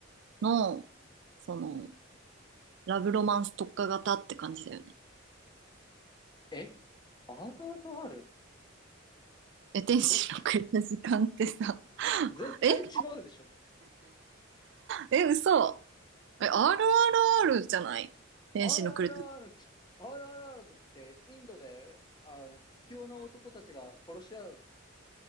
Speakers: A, on the right (about 60°); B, on the left (about 20°).
A: の、その、ラブロマンス特化型って感じだよね。
B: え ?RRR?
A: え、天使のくれた時間ってさ、
B: 絶対、
A: <laughs>
B: 絶対違うでしょ。
A: え、R- え、嘘。え、RRR じゃない天使のくれた。
B: るあるって、あるあだってインドで、あの、屈強な男たちが殺し合う